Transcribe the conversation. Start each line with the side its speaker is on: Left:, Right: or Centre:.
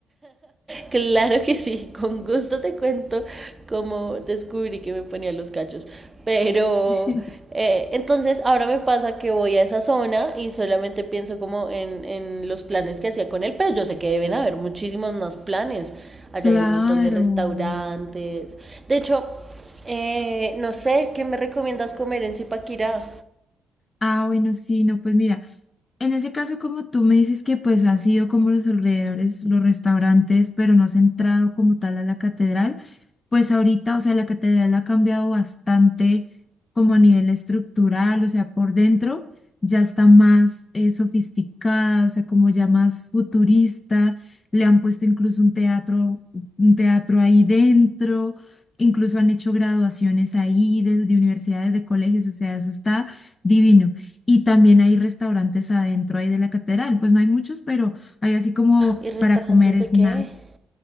Right: Claro que sí, con gusto te cuento cómo descubrí que me ponía los cachos. Pero
Left: <laughs>
Right: eh, entonces ahora me pasa que voy a esa zona y solamente pienso como en, en los planes que hacía con él, pero yo sé que deben haber muchísimos más planes. Allá
Left: Claro.
Right: hay un montón de restaurantes. De hecho, eh, no sé, ¿qué me recomiendas comer en Zipaquirá?
Left: Ah, bueno, sí, no, pues mira, En ese caso, como tú me dices que pues has ido como los alrededores, los restaurantes, pero no has entrado como tal a la catedral, pues ahorita, o sea, la catedral ha cambiado bastante como a nivel estructural, o sea, por dentro ya está más eh, sofisticada, o sea, como ya más futurista, le han puesto incluso un teatro, un teatro ahí dentro, incluso han hecho graduaciones ahí de, de universidades, de colegios, o sea, eso está divino. Y también hay restaurantes adentro ahí de la catedral. Pues no hay muchos, pero hay así como
Right: ¿Y restaurantes
Left: para comer
Right: de
Left: snacks.
Right: qué?